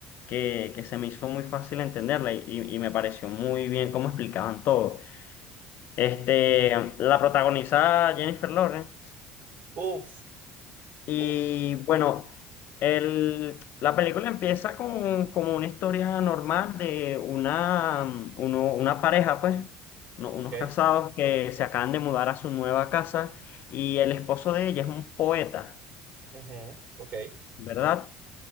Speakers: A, on the left; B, on the right.
A: que, que se me hizo muy fácil entenderla y, y- y me pareció muy bien cómo explicaban todo. Este, la protagoniza Jennifer Lawrence.
B: Uf,
A: Y
B: uf,
A: bueno, el- la película empieza con, como una historia normal de una, mm, uno- una pareja, pues, uno- unos
B: ok,
A: casados que se acaban de mudar a su nueva casa y el esposo de ella es un poeta,
B: ujú, ok,
A: ¿verdad?